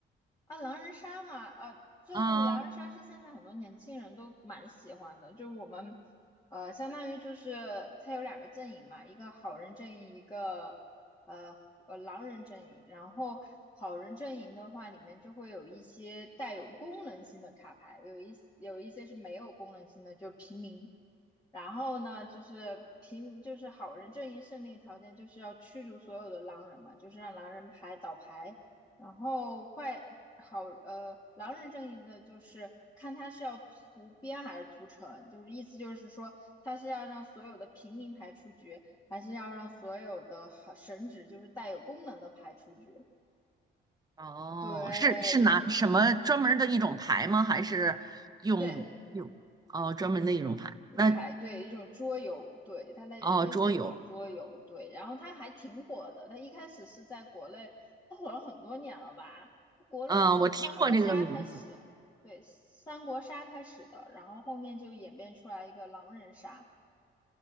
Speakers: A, on the left; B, on the right.
A: 啊，狼人杀嘛，啊，就狼人杀是现在很多年轻人都蛮喜欢的，
B: 嗯，
A: 就是我们，呃，相当于就是它有两个阵营嘛，一个好人阵营，一个呃呃狼人阵营。然后好人阵营的话，里面就会有一些带有功能性的卡牌，有一有一些是没有功能性的，就平民。然后呢，就是平就是好人阵营胜利条件就是要驱逐所有的狼人嘛，就是让狼人牌倒牌。然后坏好呃，狼人阵营的就是看他是要屠边还是屠城，就是意思就是说他是要让所有的平民牌出局，还是要让所有的好神职就是带有功能的牌出局？
B: 哦，
A: 对
B: 是是拿什么专门儿的一种牌吗？还是用用哦专门的一种牌？
A: 对，
B: 那
A: 排队一种桌游，对，它类类似于这种桌游，
B: 哦桌游，
A: 对，然后它还挺火的，它一开始是在国内，它火了很多年了吧？国内是三国杀开始，
B: 嗯，我听过这个名字。
A: 对，三国杀开始的，然后后面就演变出来一个狼人杀，